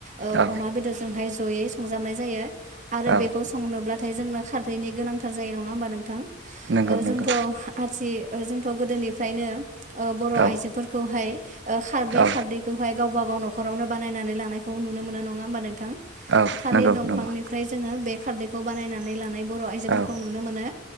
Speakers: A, on the right; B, on the right.
A: ओ
B: औ
A: अमा बेदरजोंहाय जयै संजाबनाय जायो। आरो
B: औ
A: बेखौ सङोब्लाथाय जोंनो खारदैनि गोनांथार जायो नङा होमबा नोंथां?
B: नंगौ
A: ओ
B: नंगौ
A: जोंथ' आथि- ओ जोंथ' गोदोनिफ्रायनो ओ बर'
B: औ
A: आइजोफोरखौहाय ओ खारदै
B: औ
A: खारदैखौहाय गावबा गाव नख'रावनो बानायनानै लानायखौ नुनो मोनो नङा होमबा नोंथां?
B: औ
A: थालिर
B: नंगौ
A: दंफांनिफ्राय
B: नंगौ
A: जोङो बे खारदैखौ बानायनानै लानाय बर' आइजोफोरखौ
B: औ
A: नुनो मोनो।